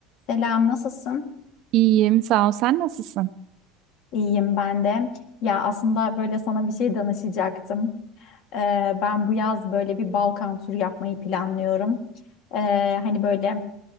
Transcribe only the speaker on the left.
Selam, nasılsın?
İyiyim ben de. Ya aslında böyle sana bir şey danışacaktım. Ee, ben bu yaz böyle bir Balkan turu yapmayı planlıyorum. Ee, hani böyle